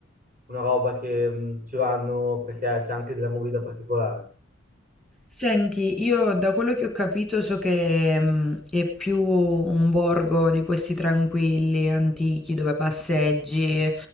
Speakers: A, on the right (about 40°); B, in the centre.
A: una roba che mh, ci vanno perché c'è anche della movida particolare?
B: Senti, io da quello che ho capito so che mm, è più un borgo di questi tranquilli, antichi, dove passeggi,